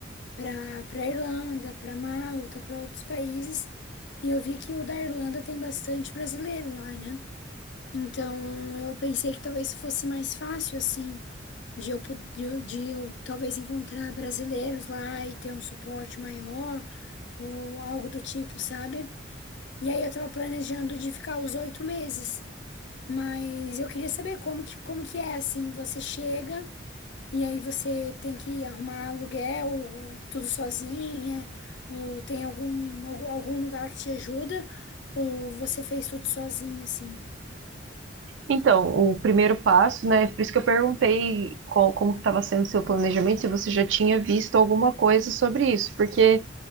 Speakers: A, on the left; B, on the right.
A: para para Irlanda, para Malta, para outros países, e eu vi que o da Irlanda tem bastante brasileiro lá, né? Então eu pensei que talvez fosse mais fácil, assim, de eu, po- de eu de eu talvez encontrar brasileiros lá e ter um suporte maior ou algo do tipo, sabe? E aí eu tava planejando de ficar os oito meses, mas eu queria saber como que, como que é assim, você chega e aí você tem que arrumar aluguel, ou tudo sozinha, ou tem algum, algum, algum lugar que te ajuda, ou você fez tudo sozinha, assim.
B: Então, o primeiro passo, né? Por isso que eu perguntei qual- como que estava sendo o seu planejamento, se você já tinha visto alguma coisa sobre isso, porque